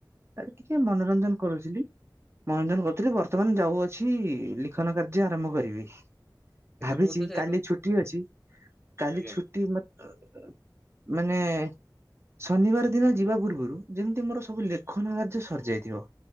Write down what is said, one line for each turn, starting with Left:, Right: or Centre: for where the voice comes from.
Right: ଟିକେ ମନରଞ୍ଜନ କରୁଥିଲି। ମନରଞ୍ଜନ କରୁଥିଲି ବର୍ତ୍ତମାନ ଯାଉଅଛି ଲିଖନ କାର୍ଯ୍ୟ ଆରମ୍ଭ କରିବି।
Centre: ଆଜ୍ଞା
Right: ଭାବିଚି
Centre: ମୁଁ ତ ସେ
Right: କାଲି ଛୁଟି ଅଛି
Centre: ଆଜ୍ଞା
Right: କାଲି ଛୁଟି ମ <unintelligible> ମାନେ ଶନିବାର ଦିନ ଯିବା ପୂର୍ବରୁ ଯେମିତି ମୋର ସବୁ ଲେଖନ କାର୍ଯ୍ୟ ସରିଯାଇଥିବ।